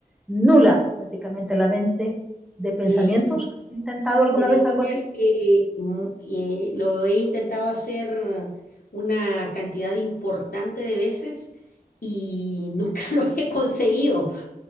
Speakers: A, in the centre; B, on the left.
A: nula prácticamente la mente de pensamientos?
B: Y,
A: ¿Has intentado alguna
B: Te diría
A: vez algo así?
B: que mm, eh, lo he intentado hacer una cantidad importante de veces y nunca <laughs> lo he conseguido